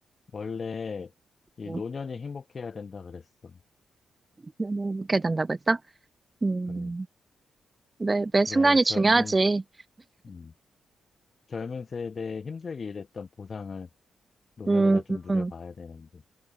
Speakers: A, on the left; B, on the right.
A: 원래 이
B: 음,
A: 노년이 행복해야 된다 그랬어.
B: 너는 행 된다고 했어? 음,
A: 그래.
B: 매, 매
A: 그래야
B: 순간이
A: 이 젊은,
B: 중요하지.
A: 음, 젊은 세대에 힘들게 일했던 보상을 노년에는
B: 음,
A: 좀 누려봐야
B: 음,
A: 되는데.